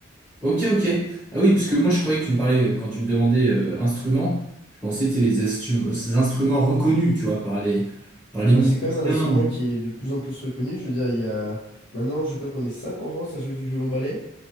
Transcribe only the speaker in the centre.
Ok, ok. Ah oui, parce que moi je croyais que tu me parlais, euh, quand tu me demandais euh, instrument, je pensais que c'était les astu- ces instruments reconnus, tu vois, par les, par les
musiciens.